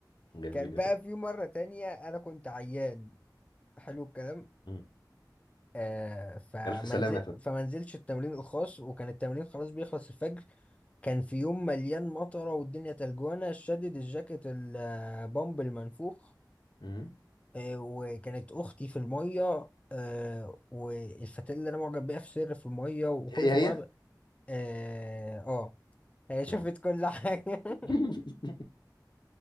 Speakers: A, on the left (about 75°); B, on the left (about 15°).
A: جميل
B: كان
A: يا
B: بقى
A: فندم
B: في مره تانية انا كنت عيان حلو الكلام
A: مم.
B: آه فمنزل
A: ألف سلامة يا فندم
B: فمنزلش التمرين الخاص وكان التمرين خلاص بيخلص الفجر كان في يوم مليان مطره والدنيا تلجوانه شدد الجاكيت البامب المنفوخ
A: مم.
B: آه وكانت اختي في الميه آه والفتاة اللي انا معجب بيها في سر في الميه وكله
A: هي
B: في
A: هي
B: الميه اه آه. هي شافت
A: مم.
B: كل حاجة <laughs>
A: <laughs>